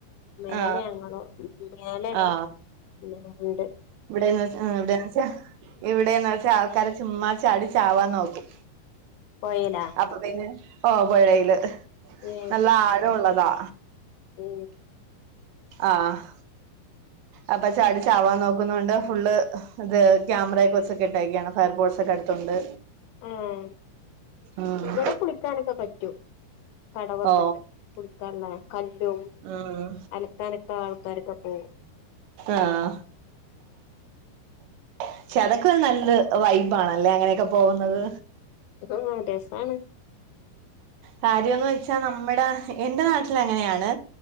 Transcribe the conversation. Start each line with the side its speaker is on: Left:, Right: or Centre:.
Left: മേലലെ
Right: ആ
Left: ഞങ്ങളോ മേലയാണ്
Right: ആ
Left: - ഉ <unintelligible> ഉണ്ട്
Right: ഇവിടെന്ന് വച്ചാ ഇവിടെന്ന് വെച്ചാ ഇവിടെന്ന് വച്ചാ ആൾക്കാരെ ചുമ്മാ ചാടി ചാവാൻ നോക്കും
Left: പോഴയിലോ
Right: അപ്പൊ പിന്നെ ഓ പൊഴയില്
Left: ഏ
Right: നല്ല ആഴയുള്ളതാ
Left: ഉം
Right: ആഹ് ആഹ്
Left: <inaudible>
Right: അപ്പൊ ചാട ചാവാൻ നോക്കുന്ന കൊണ്ട് ഫുള് ഇത് ക്യാമറയെ കൊറച്ചൊക്കെ ഇട്ടക്കയാണ് ഫയർ ഫോർട്സ് ഒക്കെ എടുത്തൊണ്ട്
Left: ആഹ
Right: ആഹ്
Left: ഇവിടെ കുളിക്കാനൊക്കെ പറ്റൂ കടവൊക്കെണ്ട്
Right: ഓ
Left: കുടിക്കല്ല കല്
Right: ആഹ്
Left: അലക്ക അനക്ക ആൾക്കാരൊക്കെ പോകും
Right: ആഹ് പക്ഷേ അടൊക്ക ഒരു നല്ല വൈബ് ആണല്ലേ അങ്ങനെയൊക്കെ പോകുന്നത്
Left: ആഹ രസാണ്
Right: കാര്യന്ന് വെച്ചാ നമ്മുടെ എന്റെ നാട്ടിൽ അങ്ങനെയാണ്